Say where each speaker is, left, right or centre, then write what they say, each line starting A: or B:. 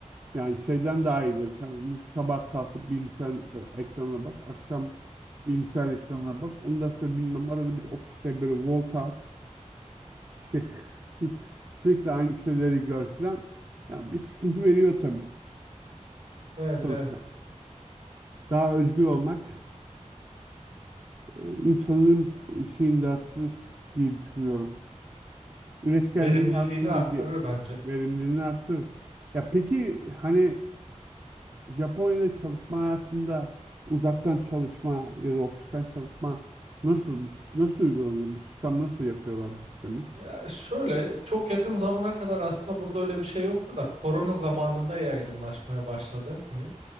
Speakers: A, on the right; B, on the right.
A: Yani şeyden daha iyidir. Sen bir sabah kalkıp bilgisayar ekranına bak. Akşam bilgisayar ekranına bak. Ondan sonra bilmem arada bir ofiste böyle volta at. İşte <laughs> sürekli aynı şeyleri gör filan. Ya bir sıkıntı veriyor tabii
B: Evet
A: sonuçta.
B: evet
A: Daha özgür olmak e, insanın şeyini de arttırır diye düşünüyorum. Üretkenliğini
B: verimliliğini
A: arttırır
B: arttırır
A: diye.
B: bence.
A: Verimliliğini arttırır. Ya peki hani Japonya'da çalışma hayatında uzaktan çalışma ya da ofisten çalışma nasıl bir- nasıl uygulanıyor? Bu sistem nasıl yapıyorlar bu sistemi?
B: Ya şöyle çok yakın zamana kadar aslında burada öyle bir şey yoktu da korona zamanında yaygınlaşmaya başladı. Hani